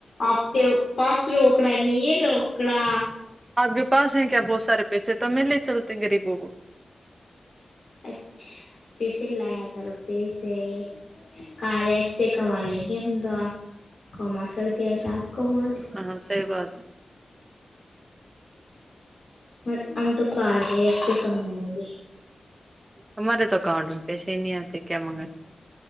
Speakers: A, on the left; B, on the right.
A: اپ کے پس روکڑا نہیں روکڑا
B: آپ کے پاس ہیں کیا بہت سارے پیسے تو ملے چلتے غریبوں کو
A: اچھا پیسے لایا کرو پیسے کار اس سے کما لیں گے ہم تو آپ کما سکتے وس آپ کما دو
B: ہاں ہاں سہی بات ہے
A: م ہم تو کار ہے سے کمائیں گے
B: ہمارے تو اکاؤنٹ میں پیسے ہی نہیں آتے کیا منگائ